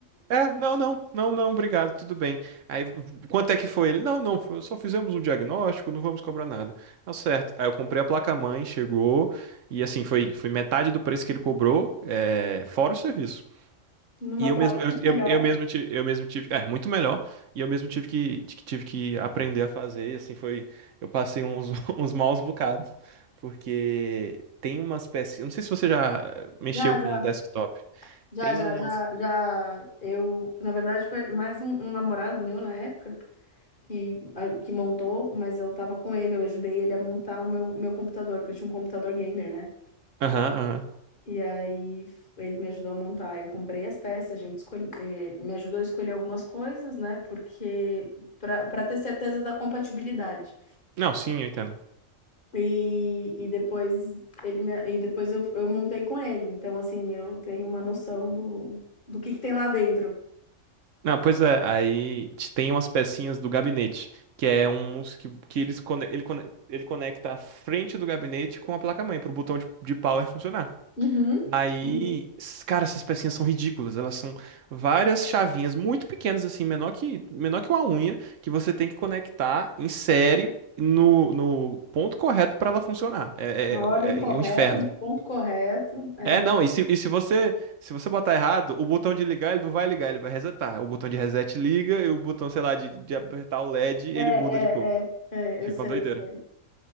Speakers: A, on the right; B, on the left.
A: É, não, não, não, não, obrigado, tudo bem. Aí, quanto é que foi ele? Não, não, foi- só fizemos um diagnóstico, não vamos cobrar nada. Tá certo. Aí eu comprei a placa-mãe, chegou, e assim, foi, foi metade do preço que ele cobrou, é, fora o serviço.
B: Numa
A: E eu
B: placa
A: mesmo, eu,
B: muito
A: eu,
B: melhor.
A: eu mesmo tive, eu mesmo tive, é, muito melhor, e eu mesmo tive que, ti- tive que aprender a fazer, e assim, foi, eu passei uns, <laughs> uns maus bocados, porque tem umas peças, eu não sei se você já mexeu
B: Já,
A: com
B: já,
A: desktop,
B: já,
A: tem
B: já,
A: umas...
B: já, já. Eu, na verdade, foi mais um um namorado meu na época. que, a- que montou, mas eu tava com ele, eu ajudei ele a montar o meu, meu computador, porque eu tinha um computador gamer, né?
A: Aham, aham.
B: E aí f- ele me ajudou a montar. Eu comprei as peças, a gente escolhe, eh, me ajudou a escolher algumas coisas, né? Porque para para ter certeza da compatibilidade.
A: Não, sim, eu entendo.
B: E, e depois ele me, e depois eu, eu montei com ele. Então, assim, eu tenho uma noção do, do que que tem lá dentro.
A: Não, pois é, aí te- tem umas pecinhas do gabinete, que é um uns que, que eles cone- ele, cone- ele conecta a frente do gabinete com a placa-mãe, pro botão de, de power funcionar.
B: Uhum,
A: Aí,
B: uhum.
A: s- cara, essas pecinhas são ridículas. Elas são várias chavinhas muito pequenas, assim, menor que, menor que uma unha, que você tem que conectar em série no, no ponto correto para ela funcionar. É,
B: Na ordem
A: é,
B: correta,
A: é é um inferno.
B: do ponto correto. É.
A: É, não, e se, e se você se você botar errado, o botão de ligar, ele não vai ligar, ele vai resetar. O botão de reset liga e o botão, sei lá, de, de apertar o LED, ele
B: É, é,
A: muda de cor.
B: é, é,
A: Fica
B: eu sei,
A: uma doideira.
B: eu sei,
A: Não